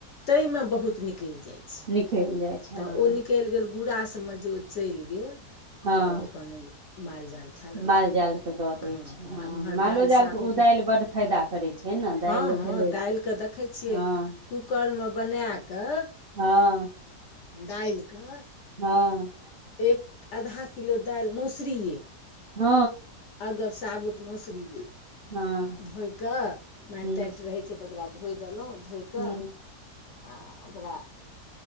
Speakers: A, on the left; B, on the right.
A: ताहिमे बहुत निकलि जाइ छै।
B: खेल जाइ। छै
A: तऽ
B: हँ
A: ओ निकलि गेल, गुड़ासबमे जे ओ चलि गेल।
B: हँ
A: तऽ अपन माल-जाल खा लेलक
B: माल जाल
A: ओ।
B: के दऽ दै
A: हँ-हँ,
B: छै हँ
A: इम्हर
B: मालो
A: दाईल
B: जाल
A: साबुत।
B: के ओ दालि बड्ड फायदा करै छै ने
A: हँ-हँ,
B: दालि भेलै
A: दालिकेँ देखै छियै।
B: हँ
A: कुकरमे बना कऽ।
B: हँ।
A: दालि कऽ।
B: हँ।
A: एक आधा किलो दालि मोसुरी।
B: हँ।
A: अगब, साबुत मसुरी
B: हँ
A: धोइ कऽ माटि-ताटि
B: हुँ
A: रहै। सेतऽ ओकरा धोइ देलहुँ धोइ कऽ
B: हुँ
A: आ ओकरा।